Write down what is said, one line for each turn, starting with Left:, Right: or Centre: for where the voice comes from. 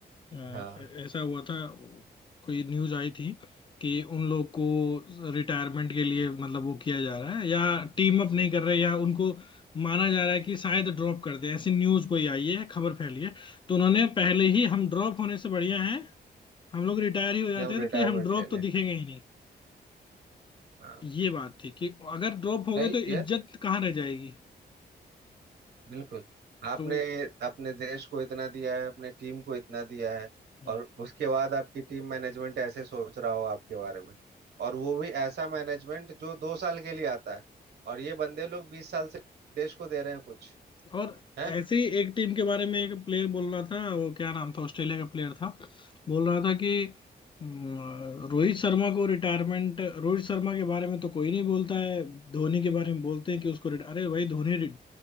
Left: अ,
Right: हाँ
Left: ऐसा हुआ था कोई न्यूज आई थी कि उन लोग को रिटायरमेंट के लिए मतलब वो किया जा रहा है या टीम अप नहीं कर रहे या उनको माना जा रहा है कि शायद ड्रॉप कर दे ऐसी न्यूज कोई आई है खबर फैली है तो उन्होंने पहले ही हम ड्रॉप होने से बढ़िया है हम लोग रिटायर ही हो जाते
Right: कि हम
Left: हैं
Right: रिटायरमेंट
Left: तो कि हम ड्रॉप
Right: ले
Left: तो
Right: लें
Left: दिखेंगे ही नहीं
Right: हाँ
Left: ये बात थी कि अगर ड्रॉप हो
Right: सही
Left: गए तो
Right: किया
Left: इज्जत कहाँ रह जाएगी
Right: बिल्कुल आपने
Left: तो
Right: अपने देश को इतना दिया है अपने टीम को इतना दिया है
Left: हम्म।
Right: और उसके बाद आपकी टीम मैनेजमेंट ऐसे सोच रहा हो आपके बारे में और वो भी ऐसा मैनेजमेंट जो दो साल के लिए आता है और ये बंदे लोग बीस साल से देश को दे रहे हैं कुछ
Left: और
Right: है
Left: ऐसे ही एक टीम के बारे में एक प्लेयर बोल रहा था वो क्या नाम था ऑस्ट्रेलिया का प्लेयर था बोल रहा था कि अम, रोहित शर्मा को रिटायरमेंट रोहित शर्मा के बारे में तो कोई नहीं बोलता है धोनी के बारे में बोलते हैं कि उसको रिटा- अरे भाई धोनी रि-